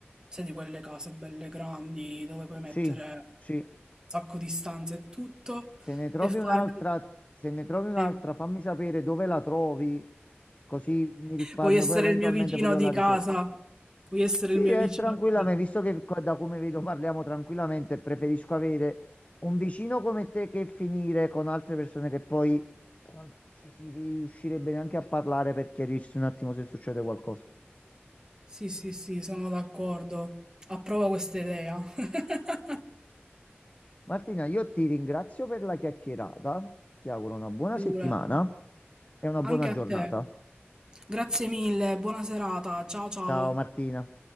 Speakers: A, on the right; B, on the left.
A: sai di quelle case belle grandi dove puoi mettere
B: Sì,
A: un
B: sì.
A: sacco di stanze e tutto,
B: Se ne trovi
A: e fare...
B: un'altra, se ne trovi un'altra,
A: eh,
B: fammi sapere dove la trovi, così mi risparmio
A: vuoi essere
B: poi eventualmente
A: il mio vicino
B: pure io
A: di
B: la
A: casa?
B: ricerca.
A: Vuoi essere
B: Sì,
A: il mio
B: è
A: vicino
B: tranquillamente,
A: di casa?
B: visto che qua- da come vedo parliamo tranquillamente, preferisco avere un vicino come te che finire con altre persone che poi non ci si riuscirebbe neanche a parlare per chiarirsi un attimo se succede qualcosa.
A: Sì, sì, sì, sono d'accordo. Approvo questa idea. <laughs>
B: Martina, io ti ringrazio per la chiacchierata, ti auguro una buona
A: Figurati.
B: settimana e una
A: Anche
B: buona
A: a
B: giornata.
A: te. Grazie mille, buona serata. Ciao ciao.
B: Ciao Martina.